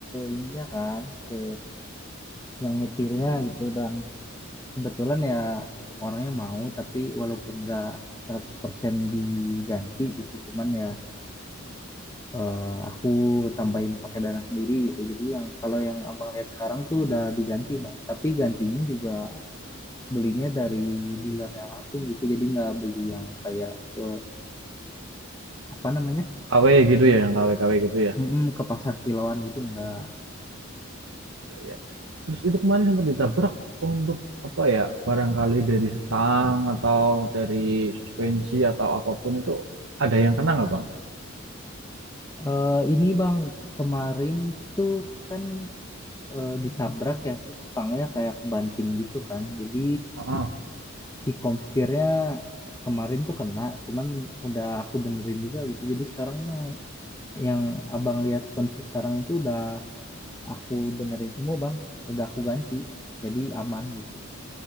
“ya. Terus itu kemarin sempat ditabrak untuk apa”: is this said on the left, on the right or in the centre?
Right